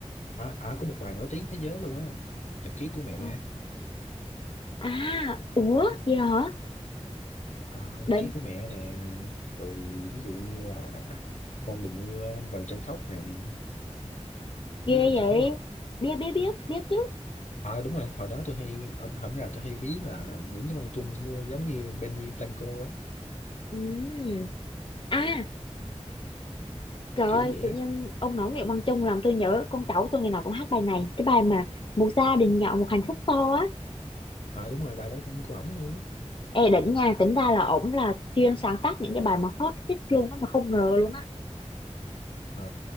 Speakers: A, on the left; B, on the left.
A: À, à có một bài nổi tiếng thế giới luôn á. Nhật ký của mẹ.
B: à à, ủa
A: Ẩm-
B: gì hả
A: À, nhật
B: định
A: ký của mẹ nè. Rồi ví dụ như là con đừng mưa, vầng trăng khóc này.
B: ghê
A: Biết vầng trăng
B: vậy
A: khóc không?
B: biết biết biết biết chứ
A: À đúng rồi, hồi đó tôi hay ở hổng là tôi hay ví là Nguyễn Văn Văn Trung giống như Benny Blanco á,
B: ừ. à Trời
A: kiểu
B: ơi,
A: vậy
B: tự
A: á.
B: nhiên ông nói Nguyễn Văn Trung làm tôi nhớ con cháu tôi ngày nào cũng hát bài này. Cái bài mà một gia đình nhỏ một hạnh phúc to á.
A: À đúng rồi, bài đó cũng của ổng luôn á.
B: Ê đỉnh nha, tính ra là ổng là chuyên sáng tác những cái bài mà hot hit luôn á mà không ngờ luôn á.
A: Ờ,